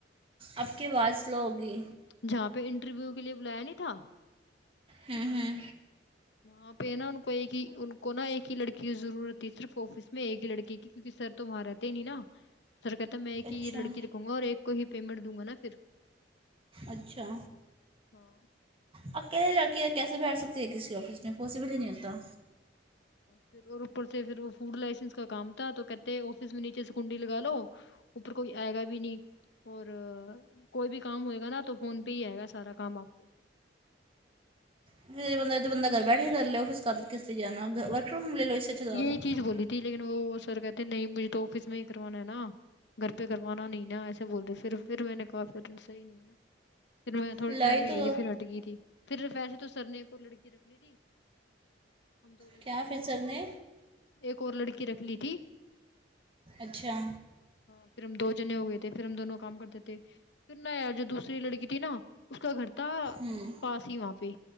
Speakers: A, on the right (about 30°); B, on the left (about 70°).
A: آپ کی آواز سلو ہوگی
B: جہاں پہ انٹرویو کے لیے بلایا نہیں تھا
A: ہوں ہوں
B: وہاں پہ نا ان کو ایک ہی ان کو نا ایک ہی لڑکی کی ضرورت تھی صرف آفس میں ایک ہی لڑکی کیونکہ سر تو وہاں رہت تے نہیں نا سر کہتا میں ایک
A: اچھا
B: ہی لڑکی رکھوں گا اور ایک کو ہی پیمنٹ دوں گا نا پھر
A: اچھا
B: ہاں
A: اب کیسے جا کے کیسے بیٹھ سکتی ہے کسی آفس میں پاسیبل ہی نہیں ہوتا
B: پھر اور اوپر سے پھر وہ فوڈ لائسنس کا کام تھا تو کہتے آفس میں نیچے سے کنڈی لگا لو اوپر کوئی آئے گا بھی نہیں اور کوئی بھی کام ہوئے گا نا تو فون پہ ہی آئے گا سارا کام آپ کو
A: پھر یہ بند تو بند گھر بیٹھ کر لے آفس کادر کس جانا ورک فرام ہوم لو اس سے اچھا تو آپ
B: یہی چیز بولی تھی لیکن وہ سر کہتے نہیں مجھے تو آفس میں ہی کروانا ہے نا گھر پہ کروانا نہیں نا ایسے بولتے پھر پھر میں نے کہا پھر صحیح نہیں ہے پھر میں تھوڑے
A: لائی
B: ٹائم ہی
A: تو
B: گئی تھی پھر ہٹ گئی تھی پھر پیسے تو سر نے کوئی لڑکی رکھ لی تھی ہم دو لڑکیاں
A: کیا فر
B: ہو گئی
A: سر
B: تھی
A: نے
B: ایک اور لڑکی رکھ لی تھی
A: اچھا
B: ہاں پھر ہم دو جنے ہو گئے تھے پھر ہم دونوں کام کرتے تھے پھر نایا جو دوسری لڑکی تھی نا اس کا گھر تھا
A: ہوں
B: پاس ہی وہاں پہ